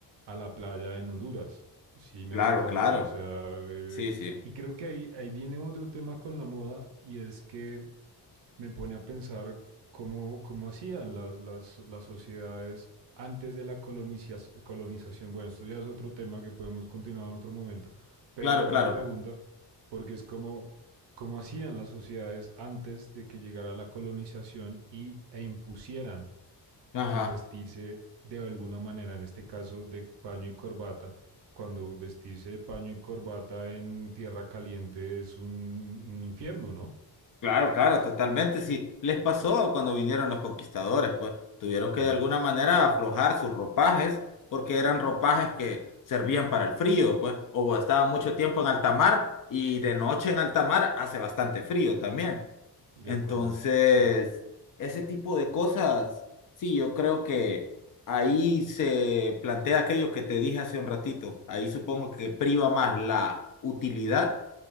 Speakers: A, on the right; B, on the left.
A: a la playa en Honduras. Si me
B: Claro,
A: hago entender,
B: claro.
A: o sea, eh,
B: Sí, sí,
A: y creo que ahí, ahí viene otro tema con la moda y es que me pone a pensar cómo, cómo hacían las, las, las sociedades antes de la colonizas- colonización. Bueno, esto ya es otro tema que podemos continuar en otro momento, pero
B: claro,
A: dejo
B: claro.
A: la pregunta porque es como cómo hacían las sociedades antes de que llegara la colonización y, e impusieran
B: Ajá,
A: el vestirse de alguna manera, en este caso de paño y corbata, cuando vestirse de paño y corbata en tierra caliente es un, un infierno, ¿no?
B: claro, claro, totalmente. Sí, les pasó cuando vinieron los conquistadores, pues tuvieron
A: Claro,
B: que de alguna manera aflojar sus ropajes porque eran ropajes que servían para el frío, pues, o estaban mucho tiempo en alta mar y de noche en alta mar hace bastante frío también.
A: de
B: Entonces,
A: acuerdo, sí.
B: ese tipo de cosas, sí, yo creo que ahí se plantea aquello que te dije hace un ratito. Ahí supongo que priva más la utilidad